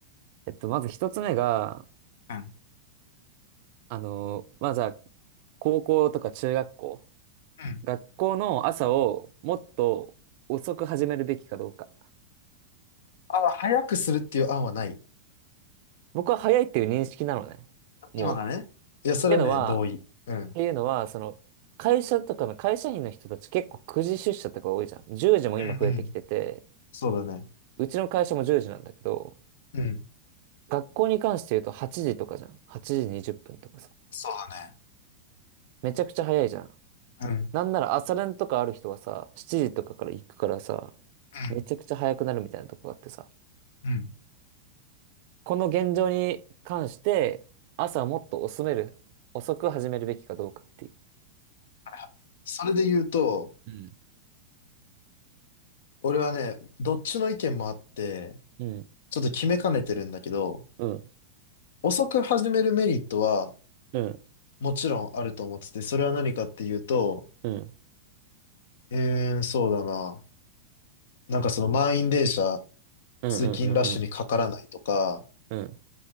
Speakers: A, on the right (about 55°); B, on the left (about 70°).
A: えっと、まず一つ目が、
B: うん。
A: あの、まずは、高校とか中学校、
B: うん。
A: 学校の朝をもっと遅く始めるべきかどうか。
B: あ、早くするっていう案はない。
A: 僕は早いっていう認識なのね。もう。
B: 今がね。いや、それはね、
A: っていうのは、
B: 同意。
A: っ
B: うん。
A: ていうのは、その、会社とかの会社員の人たち結構9時出社とか多いじゃん。10時も今増えてきてて、
B: うんうん。そうだね。
A: うちの会社も10時なんだけど、
B: うん。
A: 学校に関して言うと8時とかじゃん。8時20分とかさ。
B: そうだね。
A: めちゃくちゃ早いじゃん。
B: うん。
A: なんなら朝練とかある人はさ、7時とかから行くからさ、
B: う
A: めちゃくちゃ早くなるみたいなとこがあってさ。
B: ん。うん。
A: この現状に関して、朝もっと遅める、遅く始めるべきかどうかっていう。
B: はいはいそれで言うと、
A: うん。
B: 俺はね、どっちの意見もあって、
A: うん、
B: ちょっと決めかねてるんだけど、
A: うん、
B: 遅く始めるメリットは
A: うん、
B: もちろんあると思ってて、それは何かっていうと、
A: うん、
B: えーん、そうだな。なんかその満員電車、
A: うん、
B: 通勤ラッシュにかからないとか、
A: うん、うん、うん、うん。うん